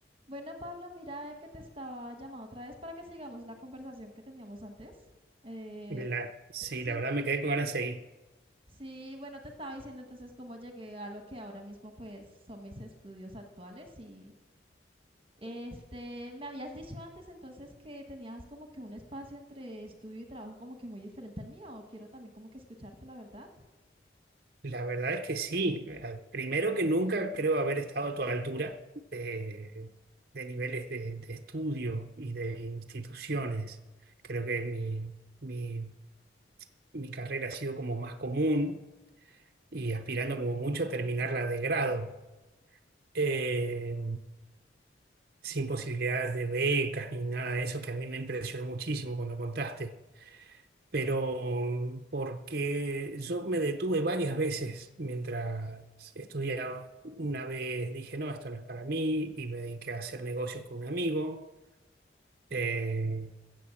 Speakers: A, on the right (about 30°); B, on the right (about 55°).
A: Bueno, Pablo, mira eh, que te estaba llamando otra vez para que sigamos la conversación que teníamos antes. Eh,
B: La- sí,
A: t- sí,
B: la verdad me quedé con ganas de seguir.
A: sí, bueno, te estaba diciendo entonces cómo llegué a lo que ahora mismo pues son mis estudios actuales y este, me habías dicho antes entonces que tenías como que un espacio entre estudio y trabajo como que muy diferente al mío. Quiero también como que escucharte la verdad.
B: La verdad es que sí. Eh, Primero que nunca creo haber estado a tu altura de, de niveles de, de estudio y de instituciones. Creo que mi, mi, mi carrera ha sido como más común y aspirando como mucho a terminarla de grado, Eh, sin posibilidades de becas ni nada de eso, que a mí me impresionó muchísimo cuando contaste. pero mm, porque yo me detuve varias veces mientras estudiaba. Una vez dije, no, esto no es para mí, y me dediqué a hacer negocios con un amigo, eh,